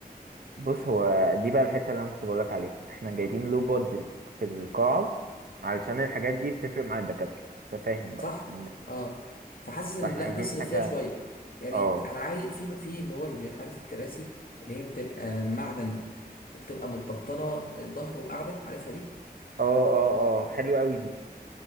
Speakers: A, on the right (about 70°); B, on the left (about 60°).
A: بص هو دي بقى الحته اللي انا كنت بقولك عليها احنا جايبين
B: مم.
A: لو بادجت في القاعه علشان الحاجات دي بتفرق مع الدكاتره انت فاهم بقى
B: صح
A: إن-
B: اه فحاسس ان
A: فاحنا
B: لا
A: عايزين
B: نصرف
A: حاجه
B: فيها شوية يعني
A: اه
B: انا عايز في في اللي هو اللي عارف الكراسي اللي هي بتبقى معدن وبتبقى متبطنة آه، ظهر وقاعدة عارفها دي
A: اه اه اه حلوه قوي دي